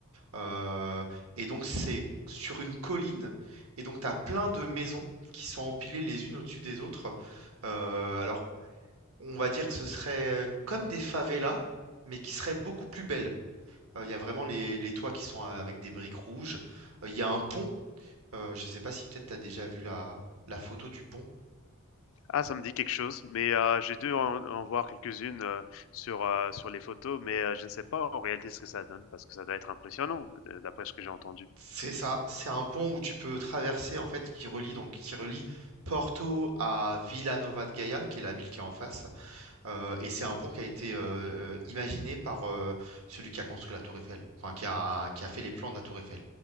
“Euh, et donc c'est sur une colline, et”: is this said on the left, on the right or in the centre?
Right